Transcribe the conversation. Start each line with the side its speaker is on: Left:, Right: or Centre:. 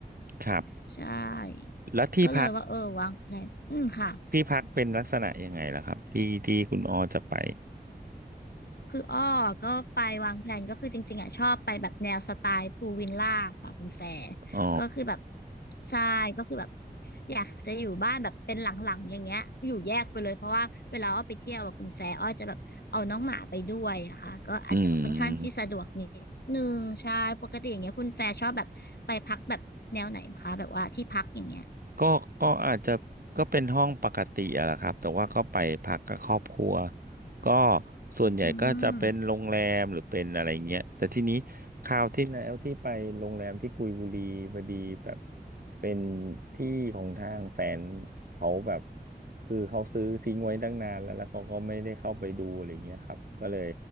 Right: ครับ
Left: ใช่
Right: แล้วที่พัก
Left: ก็เลยว่าเออวางแผนอืมค่ะ
Right: ที่พักเป็นลักษณะยังไงล่ะครับที่ที่คุณออจะไป
Left: คืออ้อก็ไปวางแพลนก็คือจริงๆอ่ะชอบไปแบบแนวสไตล์พูลวิลล่าค่ะคุณแฟร์
Right: อ๋อ
Left: ก็คือแบบใช่ก็คือแบบอยากจะอยู่บ้านแบบเป็นหลังๆอย่างเงี้ยอยู่แยกไปเลยเพราะว่าเวลาอ้อไปเที่ยวอะคุณแฟร์อ้อจะแบบเอาน้องหมาไปด้วยอะค่ะก็อาจจะแบบค่อนข้างที่สะดวกนิดนึงใช่ปกติอย่างเงี้ยคุณแฟร์ชอบแบบไปพักแบบแนวไหนคะแบบว่าที่พักอย่างเงี้ย
Right: อืมก็ก็อาจจะก็เป็นห้องปกติอะแหละครับแต่ว่าก็ไปพักกับครอบครัวก็ส่วนใหญ่ก็จะเป็นโรงแรมหรือเป็นอะไรเงี้ยแต่ทีนี้
Left: อืม
Right: ทิตย์นะเอลที่ไปโรงแรมที่กุยบุรีพอดีแบบเป็นที่ของทางแฟนเขาแบบคือเขาซื้อทิ้งไว้ตั้งนานแล้วแล้วเขาก็ไม่ได้เข้าไปดูอะไรเงี้ยครับก็เลย